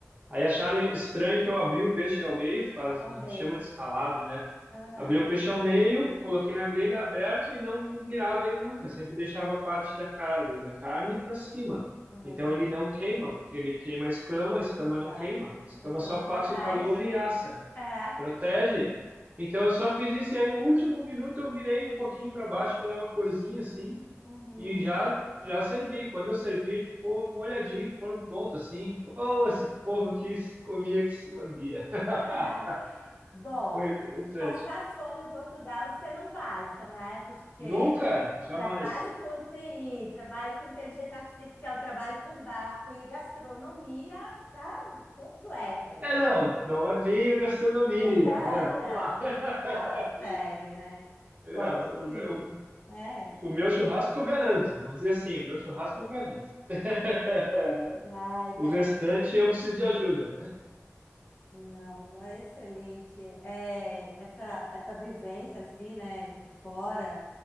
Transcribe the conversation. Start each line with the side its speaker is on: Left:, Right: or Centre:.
Right: Aí acharam estranho que eu abri o peixe ao meio, faz, a
Left: amei.
Right: gente chama de escalado, né?
Left: Aham,
Right: Abri o peixe ao meio, coloquei na grelha aberto e não virava ele nunca, sempre deixava a parte da, ca- da carne para cima.
Left: aham.
Right: Então ele não queima, porque ele queima a escama, a escama
Left: Exato.
Right: não queima, a escama
Left: A escama
Right: só passa
Left: protege.
Right: o calor e assa,
Left: É.
Right: protege. Então eu só fiz isso e aí no último minuto eu virei um pouquinho para baixo para dar uma corzinha assim
Left: Uhum.
Right: e já
Left: <laughs>
Right: já servi. Quando eu servi, ele ficou molhadinho, ficou no ponto assim. Pô, esse povo que se comia, que se lambia. <laughs>
Left: Ah, Bom,
Right: Foi interessante.
Left: passar fome em Portugal você não passa, né? Porque
Right: Nunca, jamais.
Left: trabalho com TI, trabalho com inteligência artificial, trabalho com barco e gastronomia, tá completo aí.
Right: É,
Left: <laughs>
Right: não, não é bem a gastronomia,
Left: Ah,
Right: né?
Left: Não,
Right: Vamos lá. <laughs>
Left: mas fala sério, né?
Right: Não,
Left: Pode ir,
Right: o meu,
Left: né?
Right: o meu churrasco eu garanto. Vamos dizer assim, o meu churrasco eu garanto. <laughs> Né?
Left: Ai,
Right: O
Left: cara,
Right: restante eu preciso de ajuda.
Left: Não, é excelente. É, essa, essa vivência assim, né, fora,